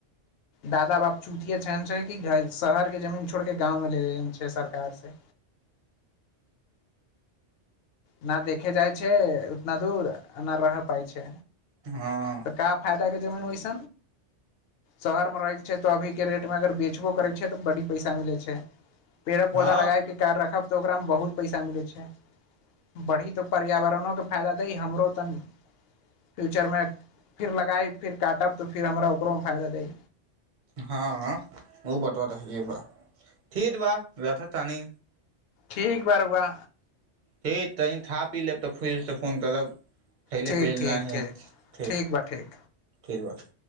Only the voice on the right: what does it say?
हँ
हँ
हँ ओ बतरत ह छै ब ठत बा रथ टानि
ठिक तनी थाप पी लेब तऽ फुस तऽ फोन करब खैले
पीलना
है
र
फर बात